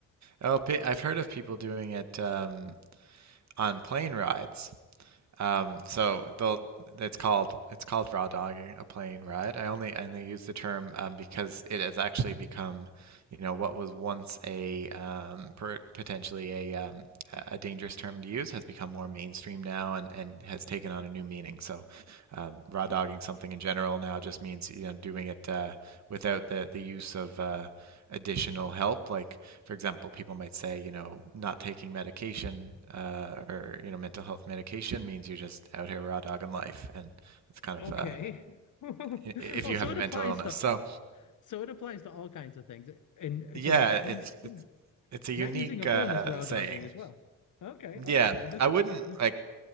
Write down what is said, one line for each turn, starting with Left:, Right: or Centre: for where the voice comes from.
Right: Oh, pe- I've heard of people doing it um, on plane rides. Um, so they'll it's called it's called raw dogging a plane ride. I only I only use the term um, because it has actually become, you know, what was once a um, per, potentially a um, a dangerous term to use has become more mainstream now and, and has taken on a new meaning. So um, raw dogging
Left: Oh,
Right: something in general now just means you know doing it uh, without the the use of uh, additional help like for example, people might say, you know, not taking medication uh, or you know mental health medication means you're just out here raw dogging life, and it's kind
Left: okay.
Right: of uh,
Left: <laughs>
Right: if
Left: Oh,
Right: you
Left: so
Right: have
Left: it
Right: a mental
Left: applies
Right: illness.
Left: to
Right: So
Left: so it applies to all kinds of things. And
Right: yeah,
Left: so not use
Right: it's it's it's a unique
Left: not using a
Right: uh,
Left: phone is raw
Right: saying.
Left: dogging as well. Okay, okay.
Right: Yeah,
Left: Uh, This
Right: I wouldn't
Left: this
Right: like